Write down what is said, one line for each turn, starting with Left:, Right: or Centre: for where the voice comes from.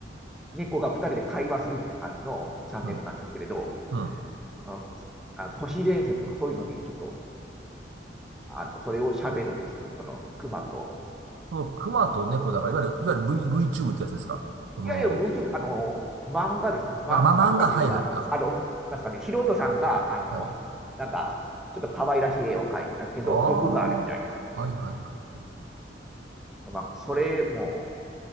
Centre: 猫が二人で会話するみたいな感じのチャンネルなんですけれど、
Right: うん、うん。
Centre: あの、あの都市伝説とかそういうのにちょっと、あの、それを喋るんですよ。その、熊と
Right: この熊と猫だから、
Centre: 猫。
Right: いわゆる、いわゆる V、VTube ってやつですか。その、
Centre: いやいや、VTuber、あの、漫画ですね。ま、
Right: まあ、まあ、
Centre: 漫画というか、
Right: 漫画、はいはい、あ、
Centre: あの、なんですかね、素人さんが、あの、
Right: はい。
Centre: なんか、ちょっと可愛らしい絵を描いたけど、
Right: ああ、
Centre: 毒があるみたいな。
Right: はいはいはいはい。
Centre: なんか、それも、